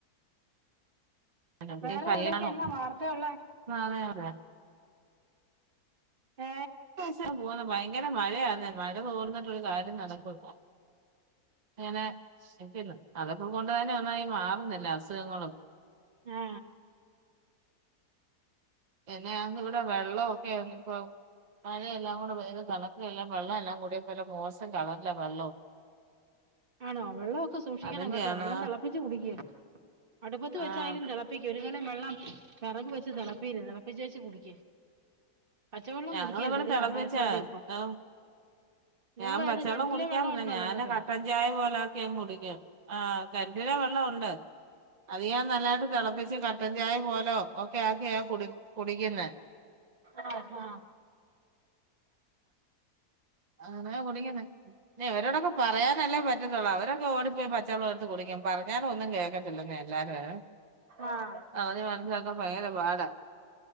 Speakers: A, on the right (about 65°); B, on the right (about 40°).
A: പിന്നെ
B: വേറെ
A: പനിയാണോ
B: എവിടയൊക്ക എന്നാ വാർത്തയുള്ളേ.
A: <unintelligible>
B: ഏ
A: <unintelligible> ഭയങ്കര മഴയാന്നേ മഴ തോർന്നിട്ടൊരു കാര്യം നടക്കുല്ല. <unintelligible> അതൊകൊണ്ടെ ന്നെ ഒന്നായി മാറുന്നില്ല അസുഖങ്ങളും.
B: ഏ
A: എന്നെയ ഇവിടെ വെള്ളമൊക്കെ ആ ഇപ്പോ മഴയെല്ലാം കൂടെ പെയത് കണ ഇതെല്ലാം വെള്ളം എല്ലാം കൂടി മോശം കളറില്ല വെള്ളവും.
B: ആണോ വെള്ളക്കെ സൂക്ഷിക്കണം
A: അതിന്റെയാണ്
B: കേട്ടോ വെള്ളം തിളപ്പിച്ച് കുടിക്ക് അടുപ്പത്ത് വെച്ചായാലും
A: ആഹ്
B: തെള- പ്പിക്ക് ഒരു കാലം വെള്ളം വെറക് വെച്ച് തെളപ്പീല്ല തിളപ്പിചേച്ച് കുടിക്ക്. പച്ചവെള്ളം
A: ഞങ്ങളിവിടെ
B: കുടിക്കരുത് ഒരു
A: തിളപ്പിച്ച
B: കാരണവശാലും ഇപ്പം
A: ഓ
B: നിങ്ങള്
A: ഞാൻ പച്ചളളം
B: ഏത് കിണറ്റിലെ
A: കുടിക്കാറില്ല
B: വെള്ളം ഉണ്ടോ
A: ഞാന്
B: നിങ്ങൾക്ക്
A: കട്ടൻ ചായ പോലാക്കിയങ് കുടിക്കും ആ കെൺറ്റിലെ വെള്ള ഉണ്ട് അത് ഞാൻ നല്ലായിട്ട് തിളപ്പിച്ച് കട്ടൻ ചായ പോലോ ഒക്കെ ആക്കിയ കു കുടിക്കുന്നേ
B: ആഹ ആഹ
A: ആങ്ങനെ കുടിക്കുന്നെ ന ഇവരോടൊക്കെ പറയാനല്ലേ പ അവര് അവരൊക്കെ ഓടിപ്പോയി പച്ചെളം എടുത്ത് കുടിക്കും പറഞ്ഞാലൊന്നും കേക്കത്തില്ലനെ എല്ലാര്യേ
B: ആഹ്
A: അവധി മനസിലാക്കാൻ ഭയങ്കര പാടാ